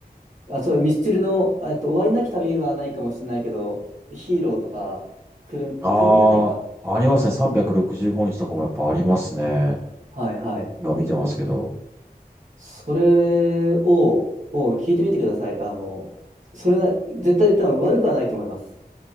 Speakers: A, on the right; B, on the right.
A: あ、そう、ミスチルの、えっと、終わりなき旅はないかもしれないけど、ヒーローとか、くる、くるみはないか。
B: ああ、ありますね。365日とかもやっぱありますね。
A: あ、はいはい。
B: 今見てますけど。
A: それを、を聞いてみてください。あの、それな、絶対多分悪くはないと思います。